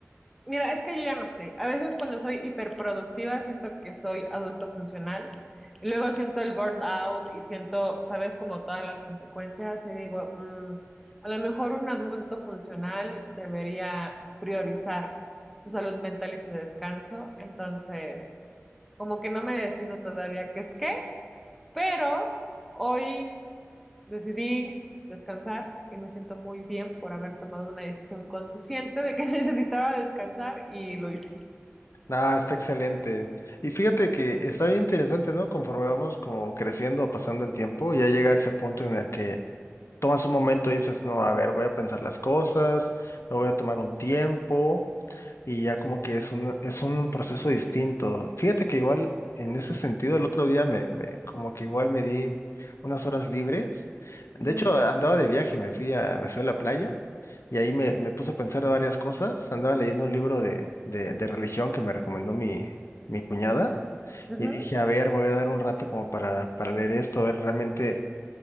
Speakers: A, in the centre; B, on the left.
A: mira, es que yo ya no sé. A veces cuando soy hiperproductiva siento que soy adulto funcional y luego siento el burnout y siento, sabes, como todas las consecuencias y digo, mm, a lo mejor un adulto funcional debería priorizar su salud mental y su descanso. Entonces, como que no me decido todavía qué es qué, pero hoy Decidí descansar y me siento muy bien por haber tomado una decisión consciente de que <laughs> necesitaba descansar y lo hice.
B: Ah, está excelente. Y fíjate que está bien interesante, ¿no? Conforme vamos como creciendo, pasando el tiempo, ya llega ese punto en el que tomas un momento y dices, no, a ver, voy a pensar las cosas, me voy a tomar un tiempo y ya como que es un, es un proceso distinto. Fíjate que igual en ese sentido el otro día me, me como que igual me di unas horas libres. De
A: Ujú,
B: hecho, andaba de viaje, me fui a, me fui a la playa y ahí me, me puse a pensar varias cosas. Andaba leyendo un libro de, de, de religión que me recomendó mi, mi cuñada.
A: ujú,
B: Y dije, a ver, me voy a dar un rato como para, para leer esto, a ver realmente